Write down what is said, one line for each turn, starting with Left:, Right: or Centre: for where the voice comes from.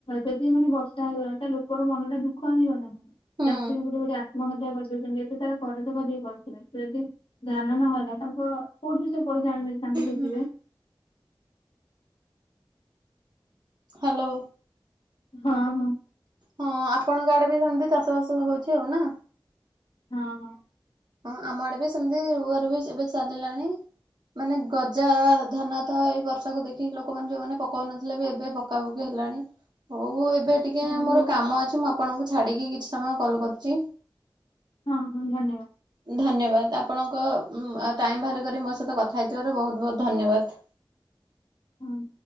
Left: ଯଦି ମାନେ ବର୍ଷା ହେଇଗଲା ଲୋକର ମନଟା ଦୁଃଖ ହେଇଯିବ ନା।
Right: ହୁଁ।
Left: ଚାଷୀ ଗୋଟେ ଗୋଟେ ଆତ୍ମହତ୍ୟା କରିଦଉଛନ୍ତି ଏତେ ସାରା କରଜ କରିକି କରିଥିବେ ସେ ଯଦି ଧାନ ନହେଲା ତାଙ୍କୁ କୋଉଠି ବି ସେ ପଇସା ଆଣିବେ ତାଙ୍କୁ ସୁଯିବେ।
Right: ହୁଁ। ହ୍ୟାଲୋ,
Left: ହଁ ହଁ,
Right: ହଁ ଆପଣଙ୍କ ଆଡେ ବି ସେମିତି ଚାଷ ବାସ ହଉଛି ଆଉ ନା।
Left: ହଁ ହଁ,
Right: ହଁ ଆମ ଆଡେ ବି ସେମତି ରୁଆ ରୁଇ ବି ଏବେ ଚାଲିଲାଣି। ମାନେ ଗଜା-ଆ-ଆ ଧାନ ତ ଏଇ ବର୍ଷାକୁ ଦେଖିକି ଲୋକମାନେ ଯୋଉମାନେ ପକାଉନଥିଲେ ବି ଏବେ ପକାପକି ହେଲାଣି। ହଉ ଏବେ ଟିକେ
Left: ହଉ
Right: ମୋର କାମ ଅଛି ମୁଁ ଆପଣଙ୍କୁ ଛାଡିକି କିଛି ସମୟ କଲ କରୁଛି।
Left: ହଁ ହଁ ଧନ୍ୟବାଦ।
Right: ଧନ୍ୟବାଦ, ଆପଣଙ୍କ ଅ ଟାଇମ ବାହାର କରି ମୋ ସହିତ କଥା ହେଇଥିବାରୁ ବହୁତ ବହୁତ ଧନ୍ୟବାଦ।
Left: ହ୍ହୁଁ।